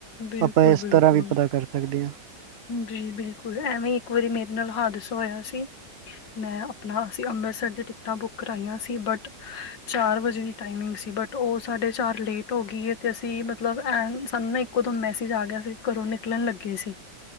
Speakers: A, on the left; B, on the right.
A: ਬਿਲਕੁਲ-ਬਿਲਕੁਲ
B: ਆਪਾਂ ਇਸ ਤਰ੍ਹਾਂ ਵੀ ਪਤਾ ਕਰ ਸਕਦੇ ਹਾਂ।
A: ਜੀ ਬਿਲਕੁਲ ਐਵੇਂ ਇ ਇੱਕ ਵਾਰੀ ਮੇਰੇ ਨਾਲ ਹਾਦਸਾ ਹੋਇਆ ਸੀ। ਮੈਂ ਆਪਣਾ ਅਸੀਂ ਅੰਮ੍ਰਿਤਸਰ ਦੀ ਟਿਕਟਾਂ ਬੁੱਕ ਕਰਾਈਆਂ ਸੀ ਬਟ ਚਾਰ ਵਜੇ ਦੀ ਟਾਈਮਿੰਗ ਸੀ ਬਟ। ਉਹ ਸਾਡੇ ਚਾਰ ਲੇਟ ਹੋ ਗਈ ਹੈ ਤੇ ਅਸੀਂ ਮਤਲਬ ਐ ਸਾਨੂੰ ਨਾ ਇੱਕੋ ਦਮ ਮੈਸੇਜ ਆ ਗਿਆ ਸੀ। ਘਰੋਂ ਨਿਕਲਣ ਲੱਗੇ ਸੀ